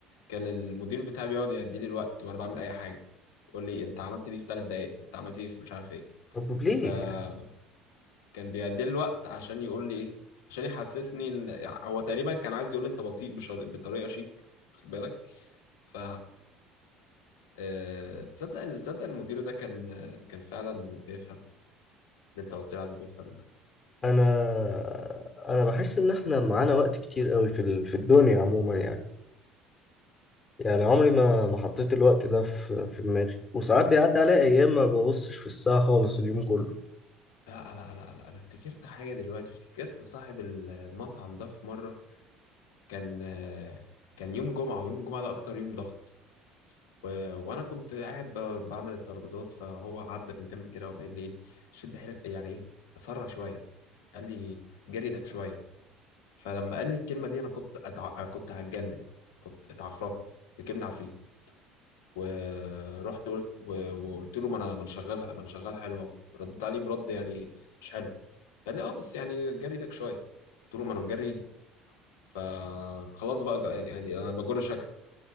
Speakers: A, on the left; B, on the left.
A: كان المدير بتاعي بيقعد يدي لي الوقت وانا بعمل اي حاجه يقول لي انت عملت دي في ثلاث دقائق انت عملت دي في مش عارف ايه
B: طب ليه
A: فكان
B: يعني
A: بيعدي لي الوقت عشان يقول لي ايه عشان يحسسني ان هو تقريبا كان عايز يقول لي انت بطيء بشر... بطريقه شيك واخد بالك ف آه، تصدق تصدق المدير ده كان كان فعلا بيفهم اللي انت قلت لي عليه بيفهم
B: انا انا بحس ان احنا معانا وقت كتير قوي في ال- في الدنيا عموما يعني يعني عمري ما ما حطيت الوقت ده في في دماغي وساعات بيعدي عليا ايام ما ببصش في الساعة خالص اليوم كله
A: لا لا لا لا انا افتكرت حاجه دلوقتي افتكرت صاحب المطعم ده في مره كان كان يوم جمعه ويوم الجمعه ده اكتر يوم ضغط و... وانا كنت قاعد ب... بعمل الترابيزات فهو عدى من جنب كده وقام قال لي ايه شد حيلك يعني ايه اسرع شويه قال لي جري ايدك شويه فلما قال لي الكلمه دي انا كنت أتع... كنت هتجنن كنت اتعفرت ركبنا عفريت ورحت قلت و- وقلت له ما انا ما انا شغال ما انا شغال حلو اهو ردت عليه برد يعني مش حلو قال لي اه بس يعني جري ايدك شويه قلت له ما انا مجري ايدي فخلاص بقى جا- يعني انا بجر شكل